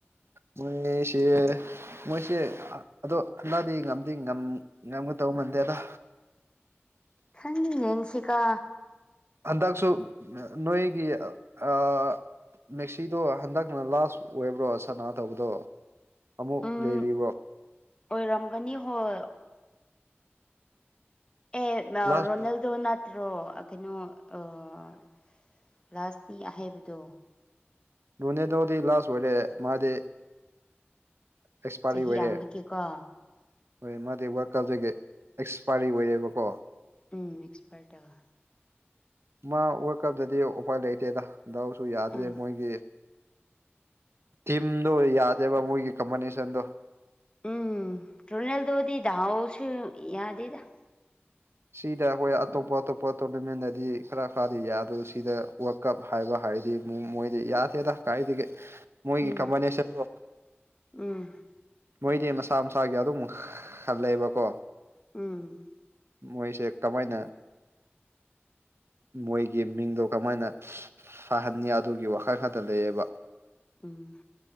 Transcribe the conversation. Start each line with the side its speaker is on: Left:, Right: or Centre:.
Right: ꯃꯣꯏ ꯃꯤ ꯁꯤ ꯃꯣꯏꯁꯦ ꯑꯗꯣ ꯍꯟꯗꯛꯗꯤ ꯉꯝꯗꯤ ꯉꯝ ꯉꯝꯒꯗꯧ ꯃꯥꯟꯗꯦꯗ
Left: ꯈꯪꯗꯦ ꯌꯦꯡꯁꯤꯀꯣ
Right: ꯍꯟꯗꯛꯁꯨ ꯅꯣꯏꯒꯤ ꯑꯥ ꯃꯦꯁꯤꯗꯣ ꯍꯟꯗꯛꯅ ꯂꯥꯁ ꯑꯣꯏꯕ꯭ꯔꯣ ꯁꯅꯥꯗꯧꯕꯗꯣ ꯑꯃꯨꯛ
Left: ꯎꯝ
Right: ꯂꯩꯔꯤꯕ꯭ꯔꯣ
Left: ꯑꯣꯏꯔꯝꯒꯅꯤ ꯍꯣꯏ ꯑꯦ ꯅꯥ
Right: ꯂꯥꯁ
Left: ꯔꯣꯅꯦꯜꯗꯣ ꯅ ꯇ꯭ꯔꯣ ꯀꯩꯅꯣ ꯑꯥ ꯂꯥꯁꯀꯤ ꯑꯍꯩꯕꯗꯣ
Right: ꯔꯣꯅꯦꯜꯗꯣꯗꯤ ꯂꯥꯁ ꯑꯣꯏꯔꯦ ꯃꯥꯗꯤ ꯑꯦꯛꯁꯄꯥꯥꯏꯔꯤ
Left: ꯆꯍꯤ
Right: ꯑꯣꯏꯔꯦ
Left: ꯌꯥꯝꯕꯒꯤꯀꯣ
Right: ꯍꯣꯏ ꯃꯥꯗꯤ ꯋꯥꯔꯜ ꯀꯥꯞꯗꯒꯤ ꯑꯦꯛꯁꯄꯥꯏꯔꯤ ꯑꯣꯏꯔꯦꯕꯀꯣ
Left: ꯎꯝ <unintelligible> ꯗꯣ
Right: ꯃꯥ ꯋꯥꯔꯜ ꯀꯞꯇꯗꯤ ꯎꯄꯥꯏ ꯂꯩꯇꯦꯗ ꯗꯥꯎꯁꯨ ꯌꯥꯗ꯭ꯔꯦ
Left: ꯎꯝ
Right: ꯃꯣꯏꯗꯤ ꯇꯤꯝꯗꯣ ꯌꯥꯗꯦꯕ ꯃꯣꯏꯒꯤ ꯀꯝꯕꯥꯟꯖꯦꯁꯟꯗꯣ
Left: ꯎꯝ ꯔꯣꯅꯦꯜꯗꯣꯗꯤ ꯗꯥꯎꯁꯨ ꯌꯥꯗꯦꯗ
Right: ꯁꯤꯗ ꯑꯩꯈꯣꯏ ꯑꯇꯣꯞꯄ ꯑꯇꯣꯞꯄ ꯇꯣꯔꯅꯃꯦꯟꯗꯗꯤ ꯈꯔ ꯈꯔꯗꯤ ꯌꯥꯢ ꯑꯗꯨ ꯁꯤꯗ ꯀꯞ ꯍꯥꯏꯕ ꯍꯥꯏꯔꯗꯤ ꯃꯣꯏꯗꯤ ꯌꯥꯗꯦꯗ ꯀꯥꯏꯗꯒꯤ ꯃꯣꯏꯗꯤ
Left: ꯎꯝ
Right: ꯀꯝꯕꯥꯏꯅꯦꯁꯟꯗꯣ
Left: ꯎꯝ
Right: ꯃꯣꯏꯗꯤ ꯃꯁꯥ ꯃꯁꯥꯒꯤ ꯑꯗꯨꯝ ꯈꯜꯂꯦꯕꯀꯣ
Left: ꯎꯝ
Right: ꯃꯣꯏꯁꯦ ꯀꯃꯥꯏꯅ ꯃꯣꯏꯒꯤ ꯃꯤꯡꯗꯣ ꯀꯃꯥꯏꯅ ꯁꯥꯍꯟꯅꯤ ꯑꯗꯨꯒꯤ ꯋꯥꯈꯜ ꯈꯛꯇ ꯂꯩꯌꯦꯕ
Left: ꯎꯝ